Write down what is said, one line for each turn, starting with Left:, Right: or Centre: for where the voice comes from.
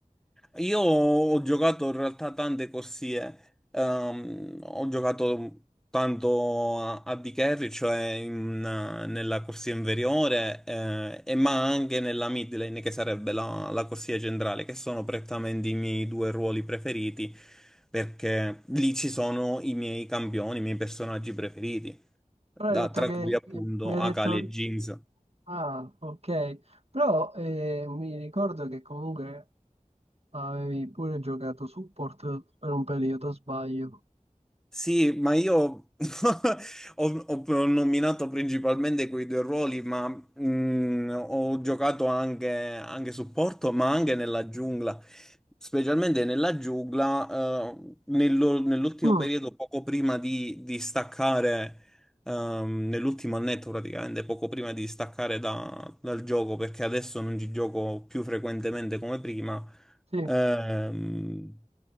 Centre: Io ho giocato in realtà tante corsie, Ehm, ho giocato tanto a, a D carry, cioè in- nella corsia inferiore, eh, e ma anche nella mid lane, che sarebbe la, la corsia centrale, che sono prettamente i miei due ruoli preferiti, perché lì ci sono i miei campioni, i miei personaggi preferiti,
Right: Però
Centre: da-
Right: hai detto
Centre: tra
Right: che
Centre: cui appunto
Right: mi hai
Centre: Akali
Right: detto...
Centre: e Jinx.
Right: Ah, ok. Però eh, mi ricordo che comunque Avevi pure giocato support per un periodo, sbaglio.
Centre: Sì, ma io <laughs> ho, ho nominato principalmente quei due ruoli, ma mh, ho giocato anche, anche supporto, ma anche nella giungla. Specialmente nella giungla, eh, nello- nell'ultimo
Right: Mm,
Centre: periodo, poco prima di, di staccare, ehm, nell'ultimo annetto praticamente, poco prima di staccare da- dal gioco, perché adesso non ci gioco più frequentemente come prima.
Right: sì,
Centre: Ehm,